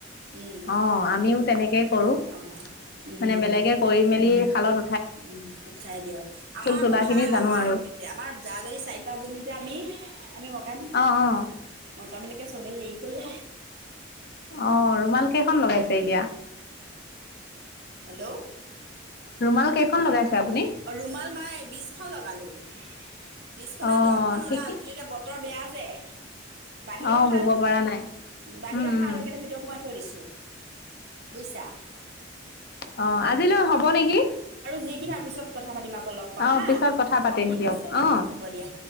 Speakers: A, on the right; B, on the left.
A: উম
B: অঁ আমিও তেনেকৈ কৰোঁ
A: অ উম
B: মানে বেলেগে কৰি মেলি খালত
A: উম উঠাই দিয়ক আমাক আকৌ
B: তোলাখিনি
A: ভাল
B: জানো
A: আমাৰ
B: আৰু
A: আমাৰ যাৰ যদি চাৰি পাঁচ জনী যে আমি আমি মক
B: অঁ অঁ
A: মকাবিলাকে চবেই হেৰি কৰোঁ
B: আহ ৰুমাল কেইখন লগাইছে এতিয়া
A: হেল্ল' অ
B: ৰুমাল কেইখন লগাইছে আপুনি
A: অ ৰুমাল মাই বিশখন লগালোঁ <unintelligible> বিশ খনে
B: অঁ
A: দহখন
B: ঠিকেই
A: ওলাল কিন্তু এতিয়া বতৰ বেয়া যে বাহিৰৰ
B: অঁ
A: খাল
B: বব পৰা নাই
A: বাহিৰৰ
B: উম উম
A: শাল সেইকাৰণে ভিতৰত সোমাই থৈ দিছোঁ বুজিছা
B: অ আজিলৈ হ'ব নেকি
A: যিকিতা পিছ কথা পাতিম লগ পাম
B: অঁ
A: হা
B: পিছত কথা পাতিম
A: ঠিক
B: দিয়ক
A: আছে
B: অঁ
A: হ'ব দিয়া